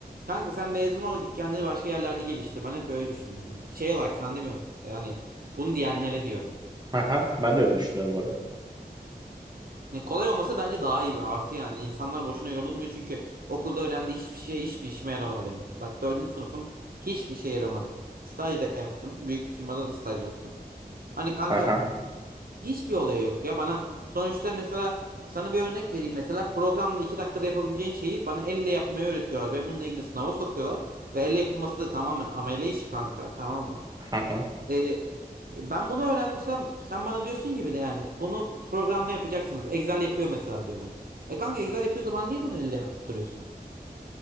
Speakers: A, on the right (about 65°); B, on the right (about 25°).
A: Kanka sen mezun ol git kendini başka yerlerde geliştir. Ben hep öyle düşünüyorum yani. Şey olarak sen demiyorum yani bunu diyenlere diyorum.
B: Aha, ben de öyle düşünüyorum orada.
A: Yani kolay olması bence daha iyi bir artı yani. İnsanlar boşuna yorulmuyor çünkü okulda öğrendiği hiçbir şey hiçbir işime yaramadı benim. Bak dördüncü sınıfım hiçbir şey yaramadı. Staj da yaptım. Büyük firmada da staj yaptım. Hani kanka
B: Aha,
A: Hiçbir olayı yok ya bana. Sonuçta mesela sana bir örnek vereyim. Mesela programda 2 dakikada yapabileceğin şeyi bana elle yapmayı öğretiyorlar ve bununla ilgili sınava sokuyorlar. Ve elle yapılması da tamamen amele işi kanka tamam mı?
B: aha.
A: Ee, ben bunu öğrensem sen bana diyorsun gibi de yani bunu programla yapacaksınız. Excel yapıyor mesela diyor bunu. E kanka Excel yapıyorsa bana niye bunu elle yaptırıyorsun?